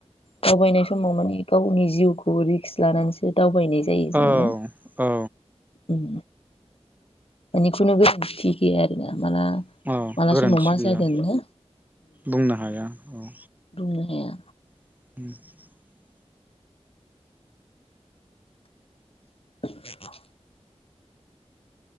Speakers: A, on the left; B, on the right.
A: दावबायनाय समाव माने गावनि जिउखौ रिक्स लानानैसो दाव बायनाय जायो जों
B: औ
A: ना
B: औ
A: उम। मानि खुनु गेरेन्टि गैया आरो ना। माला
B: औ
A: माला
B: गोरोन्थि
A: समाव मा
B: गैया
A: जादों ने।
B: बुंनो हाया औ।
A: मोनाया
B: <unintelligible>
A: <inaudible>